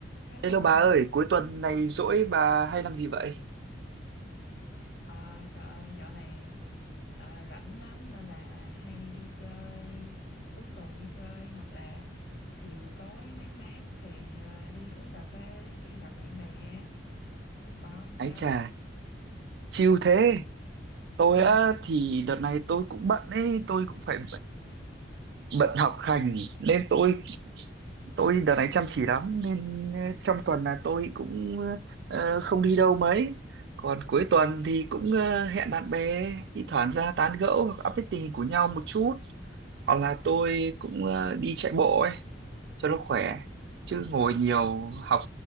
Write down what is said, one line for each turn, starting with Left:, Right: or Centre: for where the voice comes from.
Left: Hello
Right: Hello
Left: ông
Right: bà ơi,
Left: nha.
Right: cuối tuần này rỗi bà hay làm gì vậy?
Left: Ờ, trời ơi, dạo này ờ, rảnh lắm nên là hay đi chơi, cuối tuần đi chơi hoặc là chiều tối mát mát thì ờ, đi uống cà phê, đi gặp bạn bè. Còn ông sao?
Right: Ái chà, chill thế. Tôi
Left: Ừ.
Right: á thì đợt này tôi cũng bận ấy, tôi cũng phải bận học hành nên tôi tôi đợt này chăm chỉ lắm nên ờ, trong tuần là tôi cũng ờ, không đi đâu mấy. Còn cuối tuần thì cũng ờ, hẹn bạn bè thi thoảng ra tán gẫu hoặc update tình hình của nhau một chút hoặc là tôi cũng ờ, đi chạy bộ ấy cho nó khỏe chứ ngồi nhiều học